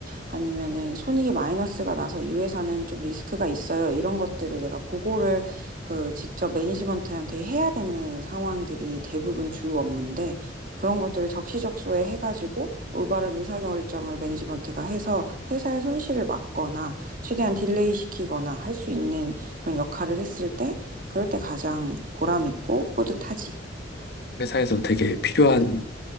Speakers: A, on the right; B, on the left.
A: 아니면은 손익이 마이너스가 나서 이 회사는 좀 리스크가 있어요, 이런 것들을 내가 보고를 그 직접 매니지먼트한테 해야 되는 상황들이 대부분 주 업무인데, 그런 것들을 적시적소에 해가지고 올바른 의사결정을 매니지먼트가 해서 회사의 손실을 막거나 최대한 딜레이 시키거나 할 수 있는 그런 역할을 했을 때 그럴 때 가장 보람 있고 뿌듯하지.
B: 회사에서 되게 필요한